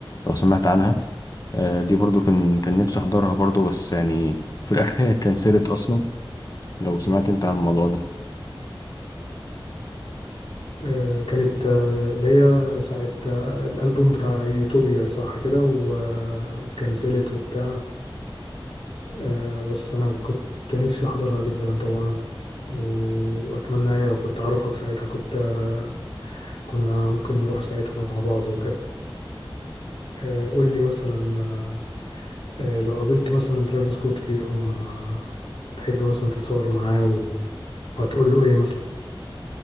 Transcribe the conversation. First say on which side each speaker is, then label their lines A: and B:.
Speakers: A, on the left; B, on the left.
A: لو سمعت عنها آه دي برضه كان كان نفسي أحضرها برضه بس يعني في الآخر هي اتكنسلت أصلا لو سمعت أنت عن الموضوع ده
B: آه، كانت آه، اللي هي ساعة آه، الألبوم بتاع يوتوبيا صح كده واتكنسلت وبتاع آه، بس أنا كنت نفسي أحضرها جدا طبعا وأتمنى يعني لو كنت أعرفك ساعتها كنت آه، كنا ممكن نروح ساعتها مع بعض وكده آه، قول لي مثلا آه، آه، لو قابلت مثلا ترافيس سكوت في يوم آه، تحب مثلا تتصور معاه و- وهتقول له إيه مثلا